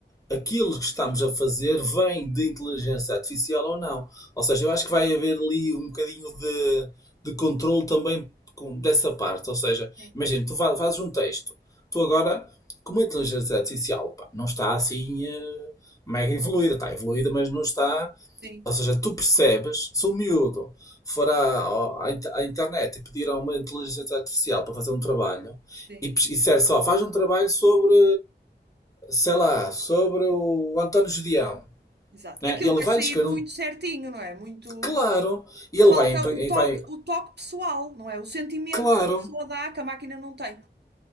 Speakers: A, on the left (about 20°); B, on the right (about 60°).
A: aquilo que estamos a fazer vem de inteligência artificial ou não. Ou seja, eu acho que vai haver ali um bocadinho de, de controle também com- dessa parte. Ou seja,
B: Sim,
A: imagina, tu fa- fazes um texto, tu agora, como a inteligência artificial, pá, não está assim eh, mega evoluída, está evoluída, mas não está.
B: sim,
A: Ou seja, tu percebes, se o miúdo for à, ao- à, inter- à internet e pedir a uma inteligência artificial para fazer um trabalho,
B: sim,
A: e, pes- e disser só, faz um trabalho sobre, sei lá, sobre o António Judeão,
B: exato.
A: né?
B: Aquilo
A: Ele
B: vai
A: vai
B: sair
A: lhe escrever
B: muito
A: um,
B: certinho, não é? Muito.
A: claro, e ele
B: Falta
A: vai, empre-
B: o toque,
A: e vai,
B: o toque pessoal, não é? O sentimento
A: claro,
B: que uma pessoa dá que a máquina não tem.